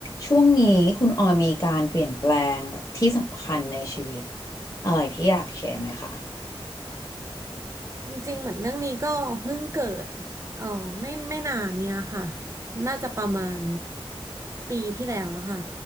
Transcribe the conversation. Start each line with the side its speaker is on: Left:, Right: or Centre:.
Left: ช่วงนี้คุณออยมีการเปลี่ยนแปลงแบบที่สำคัญในชีวิตอะไรที่อยากแชร์ไหมคะ
Right: จริงๆ เหมือนเรื่องนี้ก็เพิ่งเกิดเออไม่ไม่นานเนี่ยค่ะน่าจะประมาณปีที่แล้วอะค่ะ